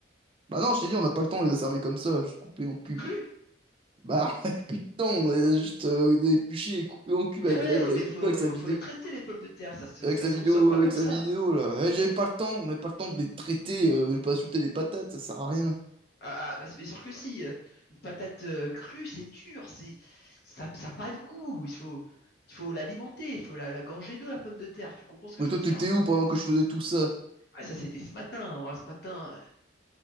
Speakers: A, on the right; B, on the left.
A: Bah non, je t'ai dit, on n'a pas le temps, on les a servis comme ça, juste coupés en cubes.
B: Cru? <laughs>
A: Bah, <laughs> on avait plus de temps, on les a juste euh, épluchés et coupés en cubes
B: Ouais,
A: avec Greg, on avait
B: mais
A: plus
B: faut,
A: de temps avec sa vidéo,
B: faut les traiter, les pommes de terre, ça se,
A: avec
B: ça
A: sa
B: se
A: vidéo,
B: consomme pas
A: euh,
B: comme
A: avec sa
B: ça.
A: vidéo, là. Eh, j'avais pas le temps, on n'avait pas le temps de les traiter, euh, de pas insulter les patates, ça sert à rien.
B: Ah, ah, bah c'est bien sûr que si. euh, Une patate euh, crue, c'est dur, c'est, ça, ça a pas de goût. Il faut, il faut l'alimenter, il faut la, la gorger d'eau, la pomme de terre. Tu comprends ce que
A: Mais
B: je
A: toi,
B: veux dire?
A: t'étais où pendant que je faisais tout ça?
B: Ah, ça, c'était ce matin. hein. Moi, ce matin,